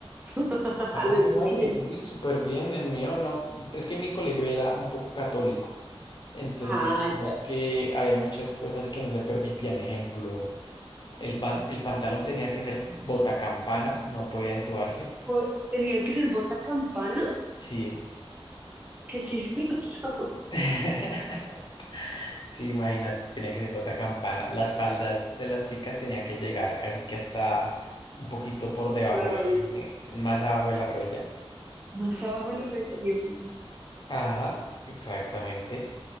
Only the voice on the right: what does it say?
<laughs> a
los
niños.
Ah,
ya.
Pues, Tenía que ser bota campana
Qué chistoso.
<laughs> Las
rodillas.
Más abajo de las rodillas, Dios mío.